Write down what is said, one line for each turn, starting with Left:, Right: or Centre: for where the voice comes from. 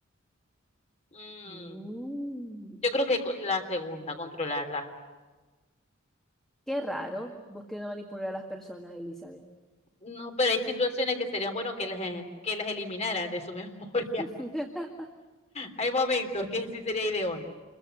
Left: Mm,
Centre: Mm,
Left: yo creo que con la segunda, controlarla.
Centre: Qué raro. Vos que no manipular a las personas, Elizabeth.
Left: No, pero hay situaciones que serían bueno que les, que les eliminaran de su <laughs> memoria.
Centre: <laughs>
Left: Hay momentos que sí sería idóneo.